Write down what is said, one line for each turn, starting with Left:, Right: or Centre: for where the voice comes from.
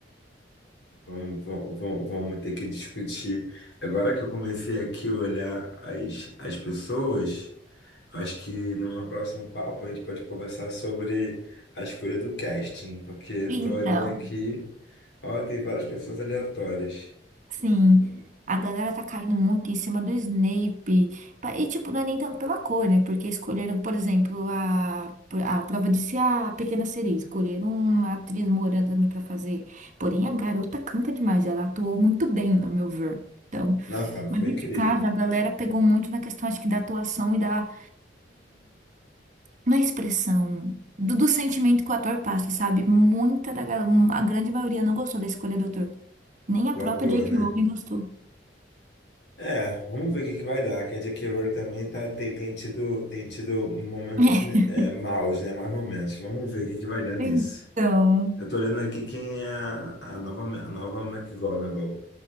Left: vamos, vamos, vamos vamos ter que discutir. Agora que eu comecei aqui a olhar as, as pessoas. Acho que numa próxima papo a gente pode conversar sobre a escolha do casting, porque eu
Right: Então,
Left: tô olhando aqui, ó, tem várias pessoas aleatórias.
Right: sim, a galera tá caindo muito em cima do Snape. Pa- E, tipo, não é nem tanto pela cor, né? Porque escolheram, por exemplo, a, a prova de ser a Pequena Sereia. Escolheram uma atriz morena também pra fazer. Porém, a garota canta demais. Ela atuou muito bem, no meu ver. Então,
Left: Nossa,
Right: mas
Left: foi
Right: de
Left: incrível.
Right: casa, a galera pegou muito na questão, acho que da atuação e da. na expressão do, do sentimento que o ator passa, sabe? Muita da gal- a grande maioria não gostou da escolha do ator. Nem a
Left: O
Right: própria
Left: ator,
Right: J.K.
Left: né?
Right: Rowling gostou.
Left: É, vamos ver o que que vai dar. Que a J.K. Rowling também tá, tem, tem tido, tem tido momentos
Right: <laughs>
Left: né, é, maus, né? Mais momentos. Vamos ver o que que vai dar nisso.
Right: Então,
Left: Eu tô olhando aqui quem é a, a nova, Ma- a nova McGonagall.